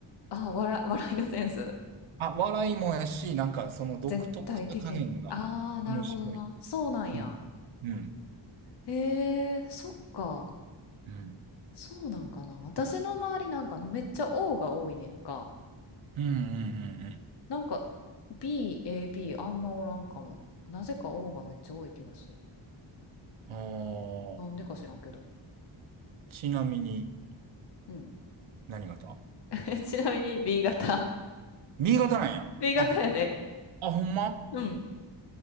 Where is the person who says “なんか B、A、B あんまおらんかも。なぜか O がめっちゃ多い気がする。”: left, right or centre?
Left